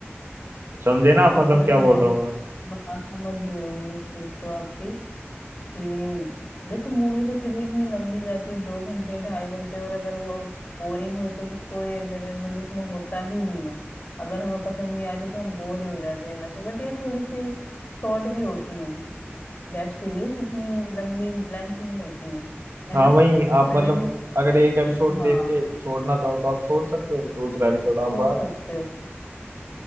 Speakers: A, on the right; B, on the left.
A: समझे ना
B: हाँ
A: आप मतलब
B: तो देखो
A: क्या बोल
B: मैंने
A: रहा हूँ मैं
B: हाँ समझ रही हूँ मैं इस चीज को आपकी ये देखो मूवी तो फिर भी इतनी लंबी जाती है दो घंटे ढाई घंटे और अगर वो बोरिंग हुई तो फिर कोई एंटरटेनमेंट उसमें होता ही नहीं है अगर हमें पसंद नहीं आ रही तो हम बोर ही हो जाते हैं बैठे बट ये थोड़ी सी शॉर्ट भी होती है वेब सीरीज इतनी लंबी लेंथ ही नहीं होती है है
A: हाँ
B: ना
A: वही आप
B: मैंने
A: मतलब
B: भी
A: अगर एक एपिसोड
B: हाँ
A: देख के छोड़ना चाहो तो आप छोड़ सकते हो दूसरा एपिसोड आप
B: छोड़
A: बात
B: सकते हो